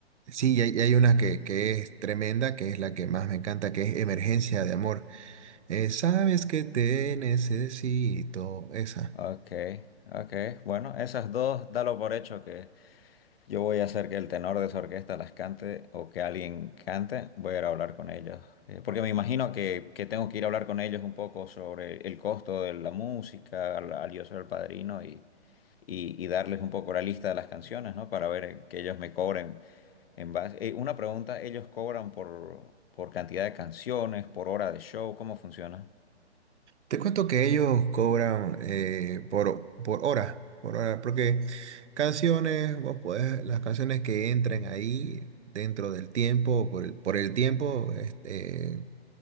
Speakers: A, on the right; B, on the left.
A: sí, y hay, y hay una que, que es tremenda, que es la que más me encanta, que es Emergencia de Amor. Eh, sabes que te necesito, esa.
B: Ok, ok. Bueno, esas dos, dalo por hecho Yo voy a hacer que el tenor de esa orquesta las cante o que alguien cante. Voy a ir a hablar con ellos. Eh, porque me imagino que, que tengo que ir a hablar con ellos un poco sobre el costo de la música al, al yo ser el padrino y, y- y darles un poco la lista de las canciones, ¿no? Para ver eh, que ellos me cobren en base. Eh, una pregunta, ¿ellos cobran por, por cantidad de canciones, por hora de show? ¿Cómo funciona?
A: Te cuento que ellos cobran eh, por, por hora, por hora, porque canciones, vos podés- las canciones que entren ahí dentro del tiempo, por el, por el tiempo, este,